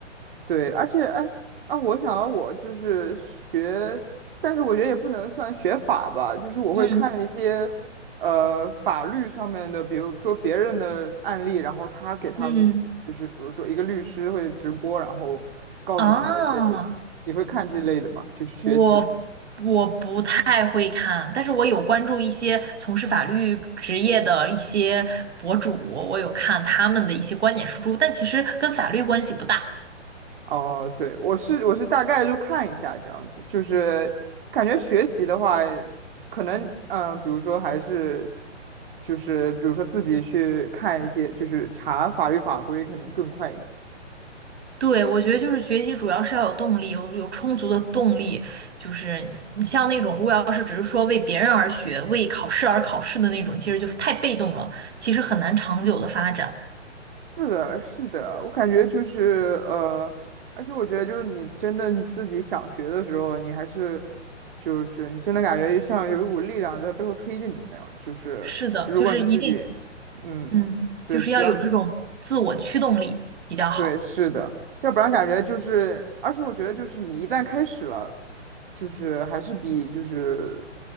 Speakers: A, on the right (about 50°); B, on the right (about 65°).
A: 对，而且哎啊，我想到我就是学，但是我觉得也不能算学法吧，就是我会看一些呃法律上面的，
B: 嗯
A: 比如说别人的案例，然后他给他们就是比如说一个律师会直播，
B: 嗯，
A: 然后告诉他一些这，
B: 哦，
A: 你会看这类的吗？就是学习。
B: 我我不太会看，但是我有关注一些从事法律职业的一些博主，我有看他们的一些观点输出，但其实跟法律关系不大。
A: 哦，对，我是我是大概就看一下这样子，就是感觉学习的话，可能嗯、呃比如说还是就是比如说自己去看一些，就是查法律法规，可能更快一点。
B: 对，我觉得就是学习主要是要有动力，有有充足的动力。就是你像那种，如果要是只是说为别人而学、为考试而考试的那种，其实就太被动了，其实很难长久的发展。
A: 是的，是的，我感觉就是呃，而且我觉得就是你真的你自己想学的时候，你还是就是你真的感觉像有一股力量在背后推着你那样，就是如果你自己
B: 是的，就是一定，
A: 嗯。
B: 嗯，
A: 对，
B: 就是要有这种自我驱动力比较好。
A: 只要对，是的，要不然感觉就是，而且我觉得就是你一旦开始了，就是还是比就是